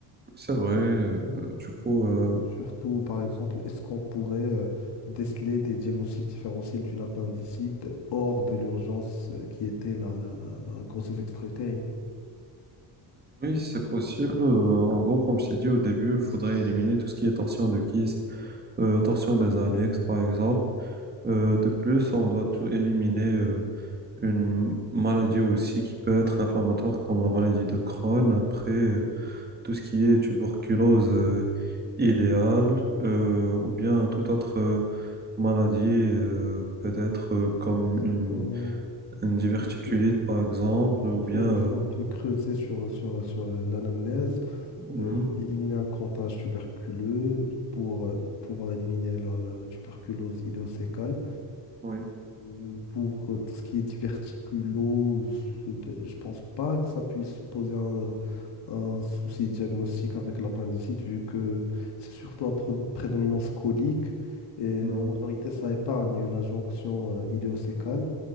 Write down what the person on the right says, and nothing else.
C'est vrai. euh, du coup, euh,
oui, c'est possible. Euh, en gros, comme je t'ai dit au début, il faudrait éliminer tout ce qui est torsion de kyste, euh, torsion des annexes, par exemple. Euh, de plus, on doit tout éliminer euh, une maladie aussi qui peut être inflammatoire comme la maladie de Crohn. Après, euh, tout ce qui est tuberculose euh, idéale euh, ou bien toute autre euh, maladie, euh, peut-être euh, comme
une, une diverticulite
par exemple,
ou
bien...
euh,
mhm,
oui.
mhm,